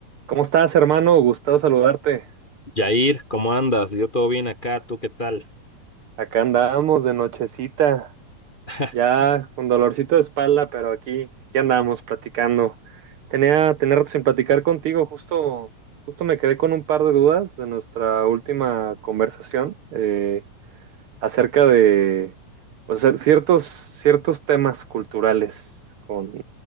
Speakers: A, on the right (about 75°); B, on the left (about 25°).
A: ¿Cómo estás, hermano? Gustavo saludarte.
B: Yair, ¿cómo andas? Yo todo bien acá, ¿tú qué tal?
A: Acá andamos de nochecita,
B: <laughs>
A: ya con dolorcito de espalda, pero aquí, aquí andamos platicando. Tenía tener sin platicar contigo, justo, justo me quedé con un par de dudas de nuestra última conversación eh, acerca de pues, eh, ciertos, ciertos temas culturales con,